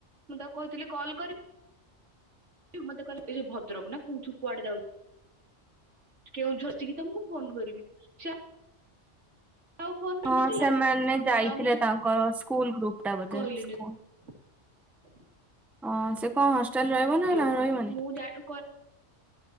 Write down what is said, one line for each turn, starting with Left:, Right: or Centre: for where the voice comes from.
Right: ମୁଁ ତାକୁ କହିଥିଲି କଲ୍ କରି ମତେ କହିଲା ଏ ଯୋଉ ଭଦ୍ରକ ନା କୋଉଠୁ କୁଆଡେ ଯାଉ କେଉଁଝର ଚିକି ତମକୁ ଫୋନ କରିବି ସେ ଆଉ ଫୋନ କରିନଥିଲା
Centre: ହଁ, ସେମାନେ
Right: ମୁଁ
Centre: ଯାଇଥିଲେ।
Right: ଆଉ କିଛି
Centre: ତାଙ୍କର ସ୍କୁଲ ଗ୍ରୁପ ଟା ବୋଧେ
Right: କହିଲିନି
Centre: ସ୍କୁଲ।
Right: <inaudible>
Centre: ହଁ ସେ କଣ ହଷ୍ଟେଲ ରହିବ ନା
Right: ଥିବ
Centre: ରହିବନି?
Right: ମୁଁ ଜାଣୁ